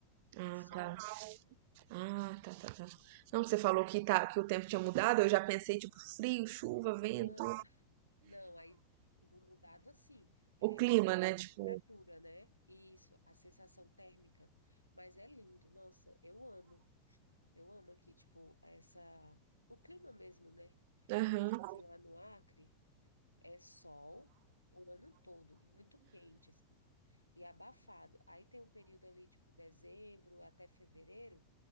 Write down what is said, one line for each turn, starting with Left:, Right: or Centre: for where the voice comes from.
Right: Ah,
Left: tá sol.
Right: tá. Ah, tá, tá, tá. Não, você falou que, tá, que o tempo tinha mudado, eu já pensei, tipo, frio, chuva, vento.
Left: não. Não, aí, tipo, mudado assim, é,
Right: O clima,
Left: o,
Right: né?
Left: a
Right: Tipo.
Left: temperatura, né? Isso, a sensação térmica. Mas é lindo, nossa, eu amo. Eu amo aqui, tipo, essa... O clima mesmo, né?
Right: Aham.
Left: Porque, tipo assim, lá no Acre é sol o ano todo, muito quente, assim, e abafado. Aí tem o período ali, tipo, dezembro até fevereiro,